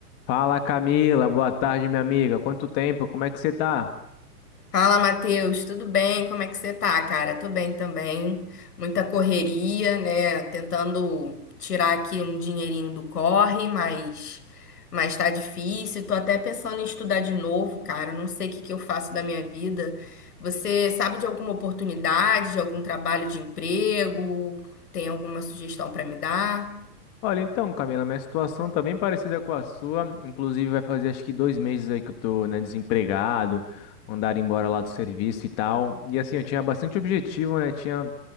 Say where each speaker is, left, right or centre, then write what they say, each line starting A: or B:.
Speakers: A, on the left; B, on the left.
A: Fala Camila, boa tarde minha amiga. Quanto tempo? Como é que você tá?
B: Fala, Matheus, tudo bem? Como é que você tá, cara? Tô bem também. Muita correria, né? Tentando tirar aqui um dinheirinho do corre, mas mas tá difícil. Tô até pensando em estudar de novo, cara. Não sei o que que eu faço da minha vida. Você sabe de alguma oportunidade, de algum trabalho de emprego? Tem alguma sugestão pra me dar?
A: Olha, então, Camila, minha situação tá bem parecida com a sua. Inclusive, vai fazer acho que dois meses aí que eu tô, né, desempregado, mandaram embora lá do serviço e tal. E assim, eu tinha bastante objetivo, né? Tinha